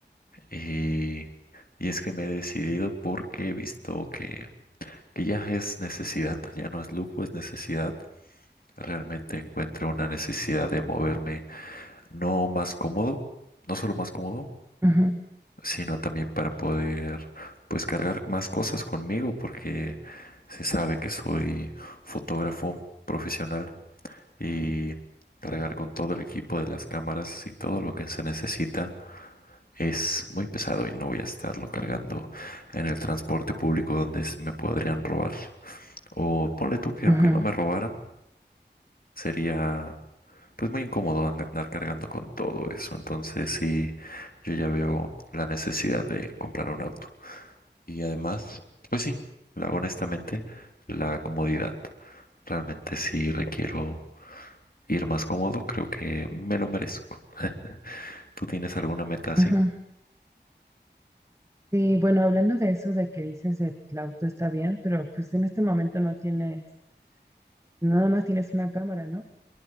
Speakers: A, on the left (about 55°); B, on the right (about 15°).
A: Y, y es que me he decidido porque he visto que, que ya es necesidad, ya no es lujo, es necesidad. Realmente encuentro una necesidad de moverme, no más cómodo, no solo más cómodo,
B: ujú,
A: sino también para poder pues cargar más cosas conmigo porque se sabe que soy fotógrafo profesional y cargar con todo el equipo de las cámaras y todo lo que se necesita es muy pesado y no voy a estarlo cargando en el transporte público donde s- me podrían robar. O ponle tú que aunque
B: ujú,
A: no me robaran, sería pues muy incómodo an- andar cargando con todo eso. Entonces sí, yo ya veo la necesidad de comprar un auto. Y además, pues sí, la, honestamente, la comodidad. Realmente si requiero ir más cómodo, creo que me lo merezco. <laughs> ¿Tú tienes alguna meta así?
B: ujú. Sí, bueno, hablando de eso de que dices el auto está bien, pero pues en este momento no tienes, nada más tienes una cámara, ¿no?